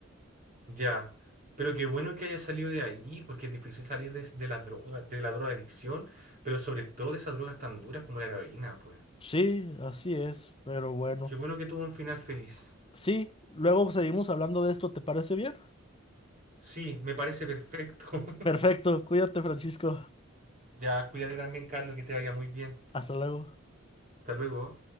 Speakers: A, on the right; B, on the left.
A: Ya, pero qué bueno que haya salido de ahí, porque es difícil salir de, de la droga, de la drogadicción, pero sobre todo de esas drogas tan duras como la heroína, pues.
B: Sí, así es, pero bueno.
A: Qué bueno que tuvo un final feliz.
B: Sí, luego seguimos hablando de esto, ¿te parece bien?
A: Sí, me parece perfecto. <laughs>
B: Perfecto, cuídate, Francisco.
A: Ya, cuídate también, Carlos, que te vaya muy bien.
B: Hasta luego.
A: Hasta luego.